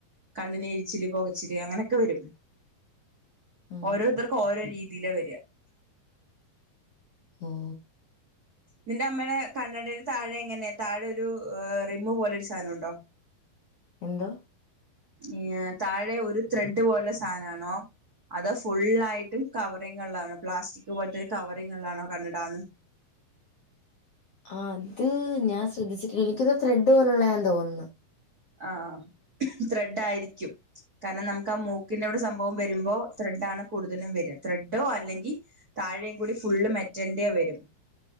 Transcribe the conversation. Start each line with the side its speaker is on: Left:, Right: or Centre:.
Right: കണ്ണിന് എരിച്ചില് പുകച്ചില് അങ്ങനെയൊക്കെ വരും.
Left: ആ
Right: ഓരോര്ത്തർക്ക് ഓരോ രീതിയില വെര
Left: ഓഹ്
Right: നിന്റെ അമ്മെടെ കണ്ണടയുടെ താഴെ എങ്ങനെയാ താഴെ ഒരു റിമ്മ് പോലൊരു സാനൊണ്ടോ
Left: എന്ത്?
Right: ഈഹ് താഴെ ഒരു ത്രെഡ് പോലെ സാനാണോ അതോ ഫുള്ളായിട്ടും കവറിങ്ങ്ള്ളാണോ പ്ലാസ്റ്റിക് പോല്ത്തെരു കവറിങ്ങ്ള്ളാണോ കണ്ണടാന്ന്
Left: ആഹ് അത് ഞാൻ ശ്രദ്ധിച്ചിട്ടില്ല എനിക്കിത് ത്രെഡ് പോലെയുള്ളായാ തോന്ന്ന്നു
Right: ആഹ് ത്രെഡ് ആയിരിക്കും കാരണം നമുക്ക് ആഹ് മൂക്കിന്റെവ്ടെ സംഭവം അപ്പൊ വരുമ്പോ ത്രെഡാണ് കൂടുതലും വെര ത്രെഡോ അല്ലെങ്കി താഴെയും കൂടി ഫുള്ള് മെറ്റല്ന്റെ വെരും